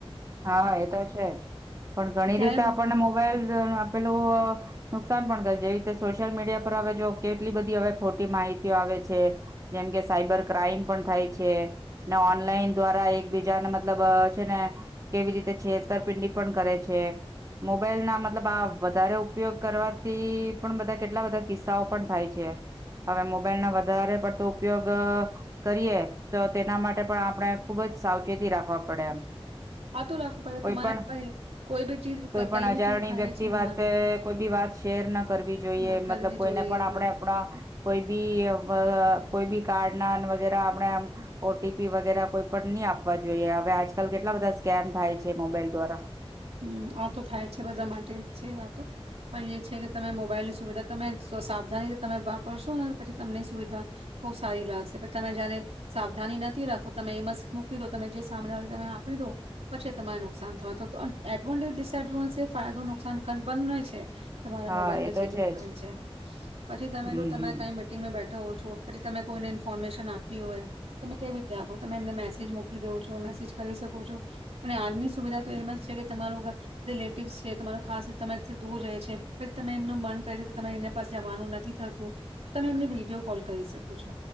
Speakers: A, on the right (about 30°); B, on the right (about 85°).
A: હા એ તો છે જ પણ ઘણી
B: ત્યારે
A: રીતે આપ
B: મો
A: મોબાઈલ પેલું નુકસાન પણ કરે જેવી રીતે સોશિયલ મીડિયા પર હવે જો કેટલી બધી હવે ખોટી માહિતીઓ આવે છે જેમ કે સાયબર ક્રાઈમ પણ થાય છે ને ઓનલાઈન દ્વારા એકબીજાને મતલબ છે ને કેવી રીતે છેતરપિંડી પણ કરે છે મોબાઈલ ના મતલબ આ વધારે ઉપયોગ કરવાથી પણ બધા કેટલા બધા કિસ્સાઓ પણ થાય છે હવે મોબાઈલ ના વધારે પડતો ઉપયોગ કરીએ તો તેના માટે પણ આપણે ખુબ જ સાવચેતી રાખવા પડે એમ
B: આ તો રાખવું પડે
A: કોઈ
B: તમારે
A: પણ
B: પ કોઈ બી ચીજ
A: કોઈ
B: કઈ
A: પણ અજારણી
B: બી ચીજ થાય
A: વ્યક્તિ
B: છે
A: વાતે
B: હા
A: કોઈ બી વાત શેર ના કરવી જોઈએ
B: ના કરવી
A: મતલબ કોઈને
B: જોઈએ
A: પણ આપણે
B: હા
A: આપણા કોઈ બી કોઈ બી કાર્ડ ના વગેરે આપણે એમ ઓટીપી વગેરે કોઈ પણ નહી આપવા જોઈએ હવે આજકાલ કેટલા બધા સ્કેન થાય છે મોબાઈલ દ્વારા
B: હમ આ તો થાય છે બધા માટે છે આ તો પણ એ છે કે તમે મોબાઈલની સુવિધા તમે સાવધાની તમે વાપરશો ને પછી તમને સુવિધા બહુ સારી લાગશે પણછી તમે જયારે સાવધાની નથી રાખો તમે એમાંસ્ત મૂકી દો તમે જે સામન વાળી તમે આપી દો પછી તમારે નુકસાન થવા એડવાોન્ટેજ ડિસડવા ફાયદો નુકસાન બ છે તમારા
A: હા
B: મોબાઈલમાં
A: એ
B: જે
A: તો
B: બી થાય
A: જ
B: છે પછી તમે
A: હમ
B: જો તમે કઈ મીટિંગમાં બેઠ ઠો છો પછી તમે કોઈને ઇન્ફોર્મેશન આપી હોય તમે કેવી રીતે આપો તમે એમને મેસેજ મૂકી દો છો મેસેજ કરી શકો છો અને આજની સુવિધા તો એમ જ છે કે તમારું રિલેટિવસ છે તમારો ખાસ તમારી દૂર રહે છે તમે એમનું મન કર છે કે તમારે એના પાસે જવાનું નથી થતું તમે એમને વિડીયો કોલ કરી શકો છો